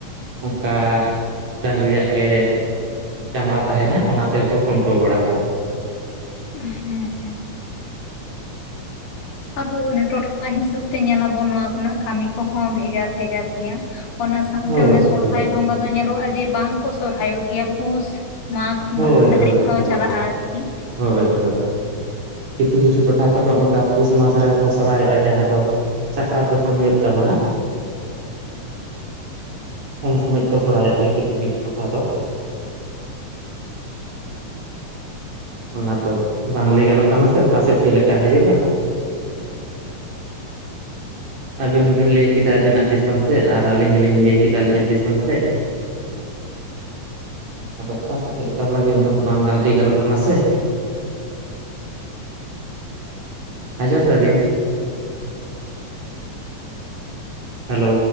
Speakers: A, on the right; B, on the left.
A: ᱚᱱᱠᱟ ᱰᱟᱝᱨᱤᱭᱟᱜ ᱜᱮ ᱪᱟᱢᱲᱟ ᱛᱟᱦᱮᱸᱱᱟ ᱚᱱᱟ ᱛᱮᱜᱮᱠᱚ ᱠᱷᱩᱱᱴᱟᱹᱣ ᱵᱟᱲᱟ ᱠᱚᱣᱟ᱾
B: ᱦᱮᱸ ᱦᱮᱸ ᱟᱫᱚ ᱚᱱᱟ ᱴᱚᱴᱷᱟ ᱦᱤᱥᱟᱹᱵᱽ ᱛᱮ ᱧᱮᱞᱟᱵᱚᱱ ᱱᱚᱣᱟ ᱠᱚᱨᱮᱱᱟᱜ ᱠᱟᱹᱢᱤ ᱠᱚᱦᱚᱸ ᱵᱷᱮᱜᱟᱨ ᱵᱷᱮᱜᱟᱨ ᱜᱮᱭᱟ᱾ ᱚᱱᱟ ᱥᱟᱶᱛᱮ
A: ᱦᱳᱭ
B: ᱚᱱᱮ ᱥᱚᱦᱨᱟᱭ
A: ᱦᱳᱭ
B: ᱵᱚᱸᱜᱟ ᱧᱮᱞᱚᱜᱼᱟ ᱡᱮ ᱵᱟᱝ ᱠᱚ ᱥᱚᱨᱦᱟᱭᱚᱜ ᱜᱮᱭᱟ᱾ ᱯᱩᱥ ᱢᱟᱜᱽ
A: ᱦᱳᱭ
B: ᱫᱷᱟᱹᱨᱤᱡ
A: ᱦᱳᱭ
B: ᱦᱚᱸ
A: ᱦᱳᱭ
B: ᱪᱟᱞᱟᱜᱼᱟ ᱟᱨᱠᱤ᱾ ᱠᱤ
A: ᱦᱳᱭ ᱦᱳᱭ ᱠᱤᱪᱷᱩ ᱠᱤᱪᱩ ᱴᱚᱴᱷᱟ ᱠᱚᱫᱚ ᱚᱱᱠᱟ ᱯᱩᱥ ᱢᱟᱥ ᱨᱮᱦᱚᱸ ᱠᱚ ᱥᱚᱨᱦᱟᱭᱚᱜᱼᱟ᱾ ᱡᱟᱦᱟᱸ ᱫᱚ ᱥᱟᱠᱨᱟᱛ ᱡᱚᱠᱷᱚᱱ ᱦᱩᱭᱩᱜ ᱛᱟᱵᱚᱱᱟ᱾ ᱩᱱ ᱥᱚᱢᱚᱭ ᱠᱚ ᱥᱚᱨᱦᱟᱭᱚᱜ ᱜᱮᱭᱟ ᱠᱤᱪᱷᱩ ᱠᱤᱪᱷᱩ ᱴᱚᱴᱷᱟ ᱫᱚ᱾ ᱚᱱᱟ ᱫᱚ ᱵᱟᱝ ᱞᱟᱹᱭ ᱜᱟᱱᱚᱜ ᱠᱟᱱᱟ ᱥᱮ ᱚᱠᱟᱥᱮᱫ ᱪᱮᱫ ᱞᱮᱠᱟ ᱦᱩᱭᱩᱜᱼᱟ᱾ <inaudible> ᱟᱹᱵᱤᱱ ᱦᱚᱸᱵᱤᱱ ᱞᱟᱹᱭ ᱠᱮᱫᱟ ᱟᱹᱵᱤᱱᱟᱜ ᱫᱤᱥᱚᱢ ᱥᱮᱫ ᱟᱨ ᱟᱹᱞᱤᱧ ᱦᱚᱞᱤᱧ ᱞᱟᱹᱭ ᱠᱮᱫᱟ ᱟᱹᱞᱤᱧᱟᱜ ᱫᱤᱥᱚᱢ ᱥᱮᱫ᱾ ᱟᱫᱚ ᱚᱠᱟ ᱥᱮᱫ ᱪᱮᱫᱞᱮᱠᱟ ᱦᱟᱞᱟ ᱦᱩᱭᱩᱜᱼᱟ᱾ ᱚᱱᱟ ᱫᱚ ᱵᱟᱝ ᱜᱟᱱ ᱞᱟᱹᱭ ᱜᱟᱱᱚᱜ ᱠᱟᱱᱟ ᱥᱮ ᱟᱸᱡᱚᱢ ᱫᱟᱵᱤᱱ <inaudible> ᱦᱮᱞᱳ